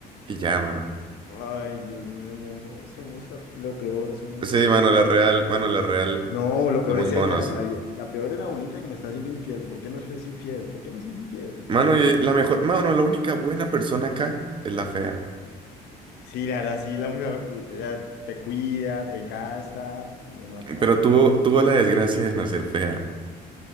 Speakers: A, on the right (about 30°); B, on the left (about 70°).
A: y ya, mano.
B: Ay, Dios mío, no, somos la- lo peor, somos lo
A: Sí,
B: peor.
A: mano, la real, mano, la real,
B: No, lo peor
A: somos
B: es
A: monos.
B: ella. La, vie- la peor es la bonita que me está haciendo infiel. ¿Por qué no es infiel? ¿Por qué no es infiel?
A: Mano, y la mejor, mano, la única buena persona acá es la fea,
B: Sí, la verdad, sí, la única, ella te cuida, te gasta y uno acá.
A: pero tuvo, tuvo la desgracia de nacer fea.